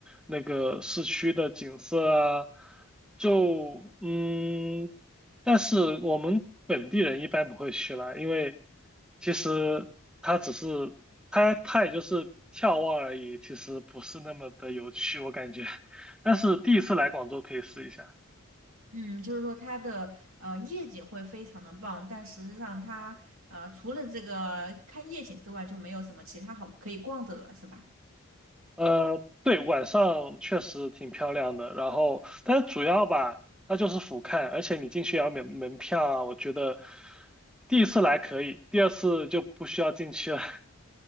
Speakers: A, in the centre; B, on the right.
A: 那个市区的景色啊。就嗯，但是我们本地人一般不会去啦，因为其实它只是它它也就是眺望而已，其实不是那么的有趣，我感觉。但是第一次来广州可以试一下。
B: 嗯，就是说它的呃夜景会非常的棒，但实际上它呃除了这个看夜景之外，就没有什么其他好可以逛的了，是吧？
A: 呃，对，晚上确实挺漂亮的。然后，但是主要吧，它就是俯瞰，而且你进去也要免门票啊。我觉得第一次来可以，第二次就不需要进去了。<laughs>